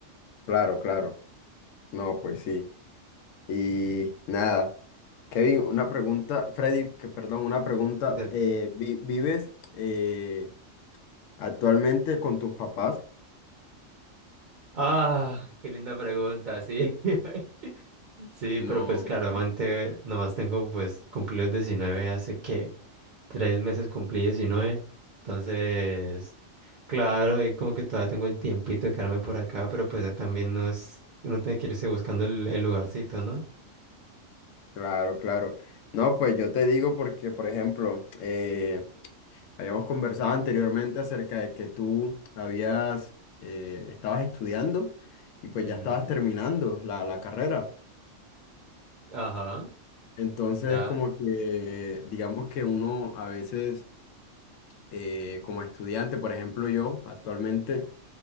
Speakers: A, on the left (about 80°); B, on the right (about 50°).
A: Claro, claro. No, pues sí. Y nada. Kevin, una pregunta, Freddy, que perdón, una pregunta.
B: Del-
A: eh, vi- ¿vives eh, actualmente con tus papás?
B: Ah, qué linda pregunta, sí. <laughs> Sí,
A: No,
B: pero pues claro,
A: pues,
B: mante- nomás tengo pues cumplí los 19 hace que tres meses cumplí diecinueve, Entonces, claro, y como que todavía tengo el tiempito de quedarme por acá, pero pues ya también no es, uno tiene que irse buscando el, el lugarcito, ¿no?
A: claro, claro. No, pues yo te digo porque, por ejemplo, eh, habíamos conversado anteriormente acerca de que tú habías, eh, estabas estudiando y pues
B: Ujú.
A: ya estabas terminando la, la carrera.
B: Ajá,
A: Entonces,
B: ya.
A: como que, digamos que uno a veces, eh, como estudiante, por ejemplo, yo actualmente